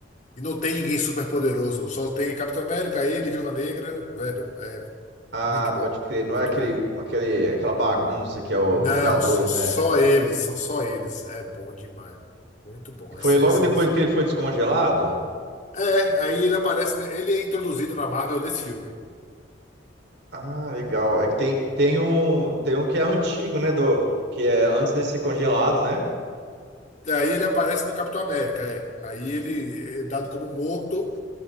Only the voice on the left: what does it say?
E não tem ninguém super poderoso. Só tem Capitão América, ele, Viúva Negra, velho. É
muito bom,
muito
bom.
Não,
são só
eles, são só eles. É bom demais, velho. Muito bom.
As cenas
são
insanas.
É, aí ele aparece, né? Ele é introduzido na Marvel nesse filme.
Daí ele aparece no Capitão América, é. Aí ele é dado como morto,